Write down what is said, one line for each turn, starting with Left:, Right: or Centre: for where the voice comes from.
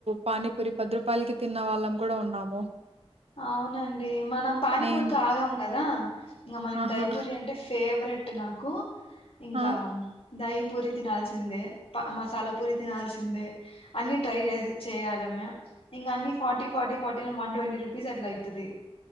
Right: పానీపూరి పది రూపాయలకి తిన్నవాళ్ళం కూడా ఉన్నాము
Left: అవునండి మనం పానీపూరీతో
Right: నేను
Left: ఆగాం గదా ఇంకా మనకి
Right: ఆహా
Left: దైపూరి అంటే ఫేవరెట్ అట్రే నాకు ఇంకా
Right: ఆ
Left: దహి పూరి తినాల్సిందే మసాలా పూరి తినాల్సిందే అన్ని ట్రై చే చేయడమే ఇంకా అన్ని ఫార్టీ ఫార్టీ ఫార్టీ అని వన్ ట్వంటీ రూపీ స్ట్ల్ అవుతుది